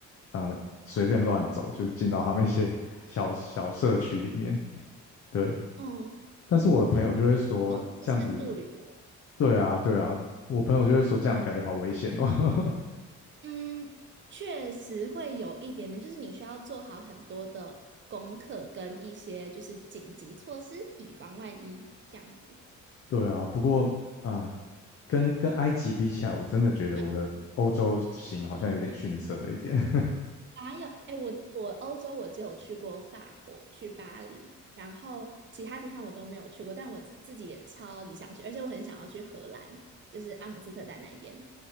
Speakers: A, on the left; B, on the right.
A: 呃随便乱走，就是进到他们一些 <laughs> 小小社区里面，对。
B: 嗯，嗯
A: 但是我的朋友就会说，
B: 很棒这种是深度旅游。
A: 这样子对啊，对啊，我朋友就会说这样感觉好危险哦。
B: 嗯，确实会有一点点，就是你需要做好很多的功课跟一些就是紧急措施，以防万一这样子。
A: <laughs> 对啊，不过啊，跟跟埃及比起来，我真的觉得我的欧洲行好像有点逊色了一点。
B: <laughs>
A: <laughs>
B: 哪有？哎，我我欧洲我只有去过法国，去巴黎，然后其他地方我都没有去过，但我自己也超级想去，而且我很想要去荷兰，就是阿姆斯特丹那边